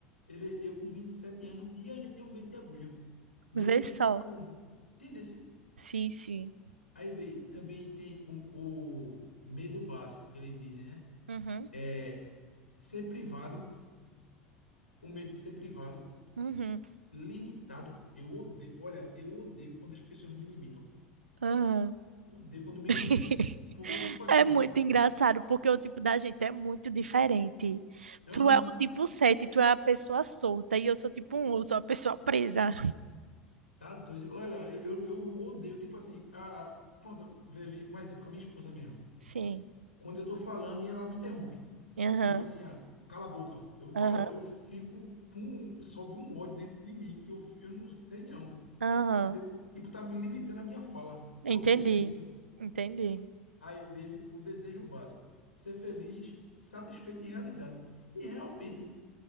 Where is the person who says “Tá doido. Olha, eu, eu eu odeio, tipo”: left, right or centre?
Left